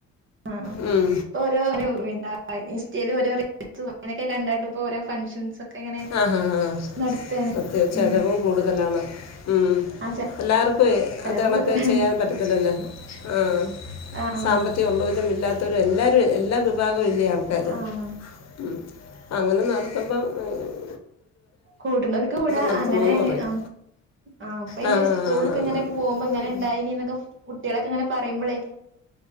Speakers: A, on the right; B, on the left.
A: ആഹ്
B: ഉം
A: ഇപ്പോ ഓരോ എന്താ ഇൻസ്റ്റയിൽ ഓരോ റീൽസും അങ്ങനൊക്കെ കണ്ടാണ്ട് ഇപ്പ ഓരോ ഫഗ്ഷൻസ് ഒക്കെ ഇങ്ങനെ
B: ആഹാ ഹാഹ്
A: നടത്താണ്
B: സത്യാ ചിലവും
A: ഉം
B: കൂടുതലാണ് ഉം
A: ആ
B: എല്ലാർക്കുവേ
A: ചെലവ്
B: അത് കണക്ക്
A: കൂടുതലാണ്
B: ചെയ്യാൻ പറ്റത്തില്ലല്ലോ ആഹ്
A: ആഹ്
B: സാമ്പത്തികമുള്ളവരും ഇല്ലാത്തവരും എല്ലാവരും എല്ലാ വിഭാഗവും ഇല്ലേ ആൾക്കാര്
A: ആഹ് ആഹ്
B: ഉം അങ്ങനെ നടത്തുമ്പം ഏഹ്
A: കൂടുന്നവർക്ക് കൂടാ
B: നടത്തണമെന്ന്
A: അങ്ങനെയാണ്
B: പറയും
A: ആഹ് ആഹ് ഇപ്പ അയ്ന്
B: ആ
A: സ്കൂൾക്ക്
B: ആണ് ആണ്
A: ഇങ്ങനെ
B: ആണ്
A: പോവുമ്പ ഇങ്ങനെ
B: ഉം.
A: ഇണ്ടായിനി എന്നൊക്കെ കുട്ട്യാളൊക്കെ ഇങ്ങനെ പറയുമ്പളേ